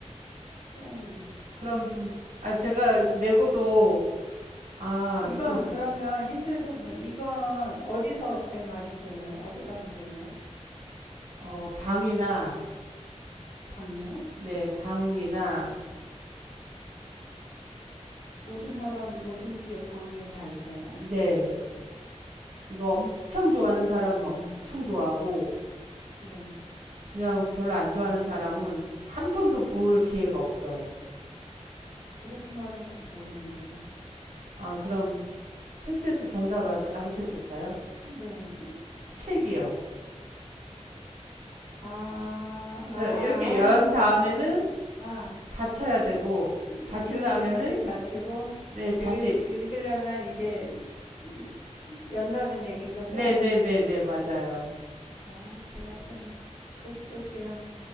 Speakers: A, on the left; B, on the right.
A: 좀
B: 그럼 좀, 아, 제가 내고도, 아,
A: 이건
B: 좀,
A: 그러면 힌트를 좀 주세요. 이건 어디서 제일 많이 보여요? 어디 가면 보여요?
B: 어, 방이나,
A: 방요?
B: 네, 방이나,
A: 모든 사람, 모든 집에 방에 다 있어요?
B: 네. 이거 엄청 좋아하는 사람은 엄청 좋아하고,
A: 네.
B: 그냥 별로 안 좋아하는 사람은 한 번도 볼 기회가 없어요.
A: 그렇게 말하니까 더 어려운데요.
B: 아, 그럼 패스에서 정답 알, 아르켜 드릴까요?
A: 네.
B: 책이요.
A: 아, 아,
B: 그래서
A: 아, 아,
B: 이렇게 연 다음에는
A: 아.
B: 닫혀야 되고,
A: 읽으려
B: 닫힌 다음에는,
A: 열 개 다치고,
B: 네, 다시,
A: 읽을, 읽으려면 이게 이- 연다는 얘기인 거죠?
B: 네네네네, 네, 네, 네, 맞아요.
A: 아, 제가 좀 그, 그쪽이랑